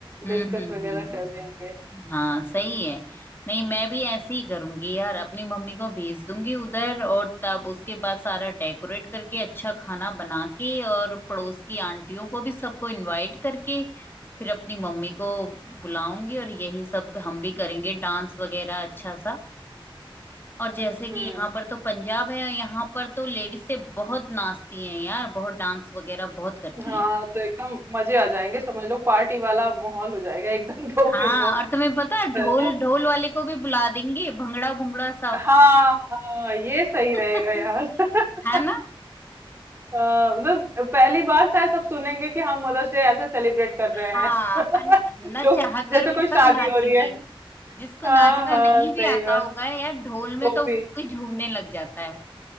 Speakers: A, on the left (about 25°); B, on the right (about 25°).
A: हम्म
B: डिस्कस
A: हम्म
B: वगैरह
A: हम्म हम्म। हम्म,
B: कर लेंगे
A: हम्म। हाँ सही है नहीं मैं भी ऐसे ही करूंगी यार अपनी मम्मी को भेज दूंगी उधर और तब उसके बाद सारा डेकोरेट करके अच्छा खाना बना के और पड़ोस की आंटियों को भी सबको इनवाइट करके फिर अपनी मम्मी को बुलाऊंगी और यही सब हम भी करेंगे डांस वगैरह अच्छा सा और जैसे कि
B: हम्म
A: यहाँ पर तो पंजाब है यहाँ पर तो लेडीज से बहुत नाचती हैं यार बहुत डांस वगैरह बहुत करती
B: हाँ
A: हैं
B: तो एकदम मजे आ जाएंगे समझ लो पार्टी वाला माहौल हो जाएगा एकदम <laughs> तो
A: हाँ
B: फिर वो
A: और तुम्हें पता है ढोल
B: है ना
A: ढोल वाले को भी बुला देंगे भंगड़ा भुंगड़ा सब
B: हाँ हाँ ये सही
A: <laughs>
B: रहेगा यार <laughs>
A: है ना
B: हाँ, मतलब पहली बार शायद सब सुनेंगे कि हम मदर्स डे ऐसे सेलिब्रेट कर रहे
A: हाँ
B: हैं
A: अन-
B: <laughs>
A: न
B: तो
A: चाह कर
B: जैसे
A: भी
B: कोई
A: सब
B: शादी
A: नाचेंगे
B: हो रही है
A: जिसको
B: हाँ
A: नाचना
B: हाँ
A: नहीं
B: सही
A: भी आता
B: बात
A: होगा यार ढोल में
B: वो
A: तो उधर
B: भी
A: कोई झूमने लग जाता है